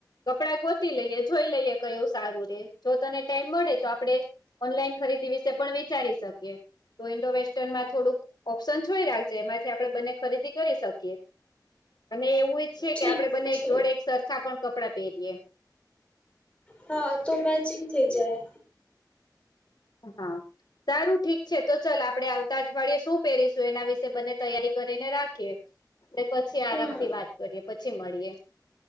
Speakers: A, on the left; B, on the left.
A: કપડાં ગોતી લઈએ જોઈ લઈએ કયુ સારું રેય જો તને ટાઈમ મળે તો આપડે ઓનલાઈન ખરીદી વિશે પણ વિચારી શકીએ તો ઇન્ડો વેસ્ટર્નમાં થોડુંક ઓપ્શન જોઈ રાખજે એમાંથી આપડે બંને ખરીદી કરી શકીએ અને એવુંજ છે,
B: ઠીક
A: કે આપડે બને
B: છે
A: એક જોડે એક સરખા પણ કપડા પેરીએ
B: હા આ તો મેચિંગ થઇ જાય
A: હા. સારું ઠીક છે તો ચાલ આપડે આવતા અઠવાડિયે શું પહેરીશું એના વિશેે બને તૈયારી કરીને રાખીએ ને પછી આરામથી
B: હમ
A: વાત કરીએ પછી મળીએ